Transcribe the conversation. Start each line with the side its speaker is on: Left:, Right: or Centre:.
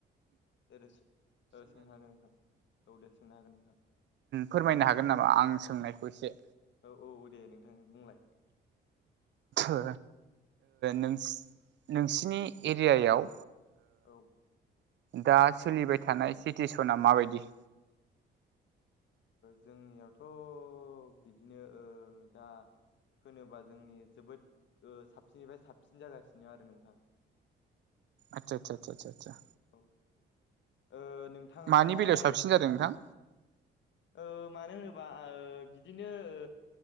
Left: दे दे सो ओ सोंनो हागोन नोंथां औ दे सोंनो हागोन नोंथां
Right: फोरमायनो हागोन नामा? आं सोंनायखौ एसे
Left: औ औ औ दे नोंथां बुंलाय।
Right: ओ नोसि नोंसिनि एरियायाव
Left: औ
Right: दा सोलिबाय थानाय सिटुवेसना माबायदि?
Left: जोंनियावथ' बिदिनो दा। होनोबा जोंनि जोबोद साबसिननिफ्राय साबसिन जागासिनो आरो नोंथां।
Right: आतसा आतसा आतसा
Left: औ ओ नोंथाङा
Right: मानि बेलायाव
Left: ओ
Right: साबसिन
Left: बि
Right: जादों नोंथां?
Left: ओ मानो होनोबा आ बिदिनो ओ